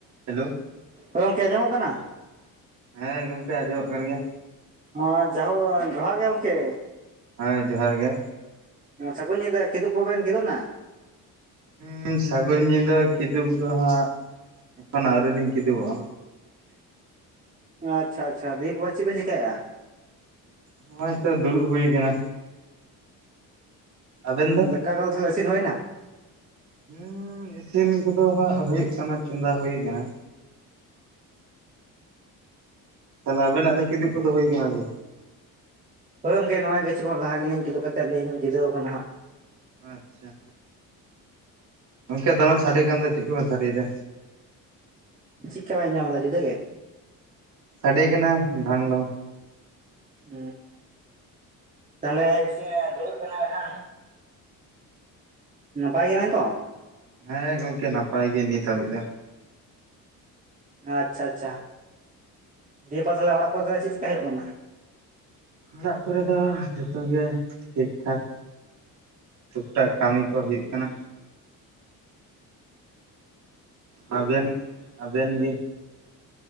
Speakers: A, on the right; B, on the right.
A: ᱦᱮᱞᱳ
B: ᱦᱳᱭ ᱜᱚᱝᱠᱮ ᱟᱸᱡᱚᱢᱚᱜ ᱠᱟᱱᱟ?
A: ᱦᱮᱸ ᱜᱚᱝᱠᱮ ᱟᱸᱡᱚᱢᱚᱜ ᱠᱟᱱ ᱜᱮᱭᱟ᱾
B: ᱦᱚᱸ ᱡᱟᱦᱳ ᱡᱚᱦᱟᱨ ᱜᱮ ᱜᱚᱝᱠᱮ
A: ᱦᱮᱸ ᱡᱚᱦᱟᱨ ᱜᱮ
B: ᱥᱟᱹᱜᱩᱱ ᱧᱤᱫᱟᱹ ᱠᱷᱤᱫᱩᱚᱜ ᱠᱚᱵᱮᱱ ᱠᱤᱫᱩᱜ ᱮᱱᱟ?
A: ᱦᱩᱸᱻ ᱥᱟᱹᱜᱩᱱ ᱧᱤᱫᱟᱹ ᱠᱤᱫᱩᱵ ᱫᱚ ᱦᱟᱸᱜ ᱮᱠᱷᱚᱱ ᱟᱹᱣᱨᱤ ᱞᱤᱧ ᱠᱤᱫᱩᱵᱚᱜᱼᱟ᱾
B: ᱟᱪᱪᱷᱟ ᱟᱪᱪᱷᱟ ᱫᱤᱭᱮ ᱯᱚᱨ ᱪᱮᱫ ᱵᱮᱱ ᱪᱤᱠᱟᱭᱟ?
A: ᱱᱚᱜᱚᱭ ᱛᱚ ᱫᱩᱲᱩᱵᱽ ᱦᱩᱭ ᱠᱟᱱᱟ᱾ ᱟᱵᱮᱱ ᱫᱚ
B: ᱫᱟᱠᱟ ᱠᱚᱫᱟ ᱛᱟᱦᱮᱞᱮ ᱤᱥᱤᱱ ᱦᱚᱭ ᱱᱟ
A: ᱦᱮᱸ ᱤᱥᱤᱱ ᱠᱚᱫᱚ ᱦᱟᱜ ᱦᱩᱭᱩᱜ ᱠᱟᱱᱟ ᱪᱚᱸᱫᱟ ᱦᱩᱭ ᱠᱟᱱᱟ ᱛᱟᱦᱚᱞᱮ ᱟᱵᱮᱱᱟᱜ ᱫᱚ ᱠᱤᱫᱩᱵ ᱠᱚᱫᱚ ᱦᱩᱭ ᱟᱠᱟᱱᱟ ᱥᱮ
B: ᱦᱳᱭ ᱜᱚᱝᱠᱮ ᱱᱚᱜᱼᱚᱭ ᱠᱤᱪᱷᱩ ᱠᱷᱚᱱ ᱞᱟᱦᱟ ᱜᱮᱞᱤᱧ ᱠᱤᱫᱩᱵ ᱠᱟᱛᱮᱫ ᱞᱤᱧ ᱡᱤᱨᱟᱹᱣ ᱟᱠᱟᱱᱟ ᱦᱟᱜ
A: ᱟᱪᱪᱷᱟ ᱜᱚᱝᱠᱮ ᱫᱚᱢᱮ ᱥᱟᱰᱮ ᱠᱟᱱ ᱫᱚ ᱪᱮᱫ ᱠᱚ ᱵᱤᱱ ᱥᱟᱰᱮᱭᱮᱫᱟ
B: ᱪᱮᱫ ᱠᱟ ᱵᱤᱱ ᱟᱡᱚᱢ ᱮᱫᱟ ᱡᱩᱫᱟᱹ ᱜᱮ
A: ᱥᱟᱰᱮ ᱠᱟᱱᱟ ᱰᱷᱟᱝ ᱰᱷᱚᱝ
B: ᱦ ᱛᱟᱦᱚᱞᱮ ᱫᱩᱲᱩᱵ ᱠᱟᱱᱟ ᱞᱮ ᱦᱟᱸᱜ ᱱᱟᱯᱟᱭ ᱜᱮᱭᱟ ᱵᱤᱱ ᱛᱚ
A: ᱦᱮᱸ ᱜᱚᱝᱠᱮ ᱱᱟᱯᱟᱭ ᱜᱮ ᱱᱤᱛ ᱦᱟᱹᱵᱤᱡ ᱫᱚ
B: ᱟᱪᱪᱷᱟ ᱟᱪᱪᱷᱟ ᱫᱤᱭᱮᱯᱚᱨ ᱛᱟ ᱦᱚᱞᱮ ᱚᱲᱟᱜ ᱠᱚ ᱪᱮᱫ ᱪᱮᱠᱟ ᱦᱩᱭᱩᱜ ᱠᱟᱱᱟ
A: ᱚᱲᱟᱜ ᱠᱚᱨᱮ ᱫᱚ ᱡᱚᱛᱚ ᱜᱮ ᱴᱷᱤᱠ ᱴᱷᱟᱠ ᱴᱩᱠ ᱴᱟᱠ ᱠᱟᱹᱢᱤ ᱠᱚ ᱦᱩᱭᱩᱜ ᱠᱟᱱᱟ ᱟᱵᱮᱱ ᱜᱮ ᱟᱵᱮᱱ ᱜᱮ